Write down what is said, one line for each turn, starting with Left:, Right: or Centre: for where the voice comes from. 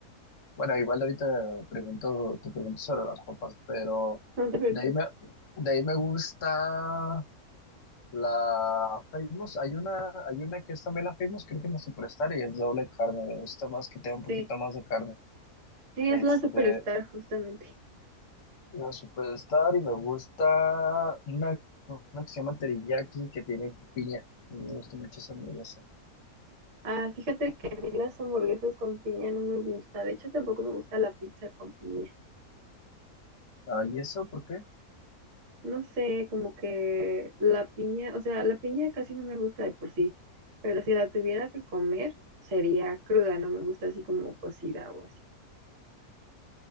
Left: Bueno, igual ahorita pregunto, te pregunto sobre las papas, pero
Right: No te preocupes.
Left: de ahí me, de ahí me gusta la Famous. Hay una, hay una que es también la Famous, creo que es la Superstar y es doble carne. Me gusta más que tenga un poquito
Right: Sí,
Left: más de carne.
Right: sí,
Left: Este,
Right: es la Superstar justamente.
Left: la Superstar y me gusta una, una que se llama Teriyaki que tiene piña. Me gusta mucho esa hamburguesa.
Right: Ah, fíjate que a mí las hamburguesas con piña no me gusta. De hecho, tampoco me gusta la pizza con piña.
Left: Ah, ¿y eso por qué?
Right: No sé, como que la piña, o sea, la piña casi no me gusta de por sí. Pero si la tuviera que comer, sería cruda, no me gusta así como cocida o así.